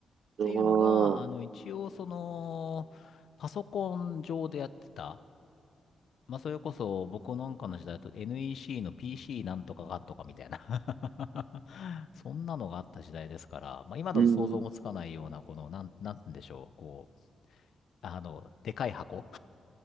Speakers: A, on the left (about 75°); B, on the right (about 70°).
A: っていうのが、
B: ああ、
A: あの、一応、その、パソコン上でやってた。まあ、それこそ、僕なんかの時代だと NEC の PC なんとかがんとかみたいな <laughs> そんなのがあった時代ですから、まあ、今だと想像もつかないような、
B: うん。
A: この、なん、なんて言うんでしょう、こう、あの、でかい箱